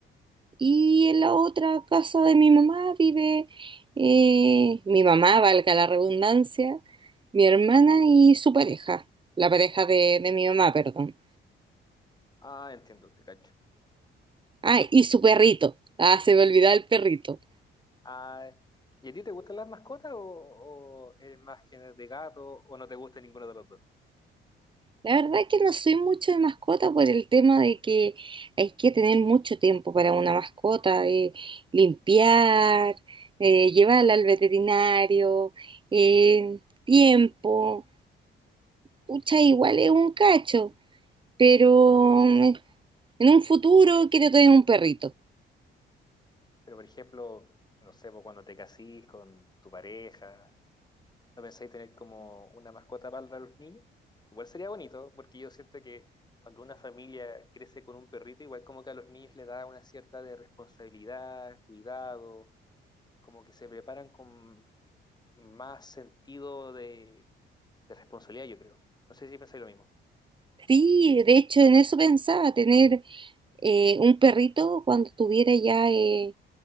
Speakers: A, on the right (about 25°); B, on the left (about 20°).
A: Y en la otra casa de mi mamá vive eh, mi mamá, valga la redundancia, mi hermana
B: ¿Mm?
A: y su pareja, la pareja de, de mi mamá, perdón.
B: Ah, entiendo, te cacho.
A: Ah, y su perrito. Ah, se me olvidaba el perrito.
B: Ah, ¿y a ti te gustan las mascotas o, o eres más que de gato o no te gusta ninguno de los dos?
A: La verdad que no soy mucho de mascota por el tema de que hay que tener mucho tiempo para una mascota, eh, limpiar, eh, llevarla al veterinario, eh, tiempo. Pucha, igual es un cacho, pero
B: ¿Tú dices?
A: mm, en un futuro quiero tener un perrito.
B: Pero, por ejemplo, no sé, pues, cuando te casís con tu pareja, ¿No pensáis tener como una mascota para los niños? Igual sería bonito, porque yo siento que cuando una familia crece con un perrito, igual como que a los niños le da una cierta de responsabilidad, cuidado, como que se preparan con más sentido de, de responsabilidad, yo creo. No sé si pensáis lo mismo.
A: Sí, de hecho en eso pensaba, tener eh, un perrito cuando tuviera ya eh,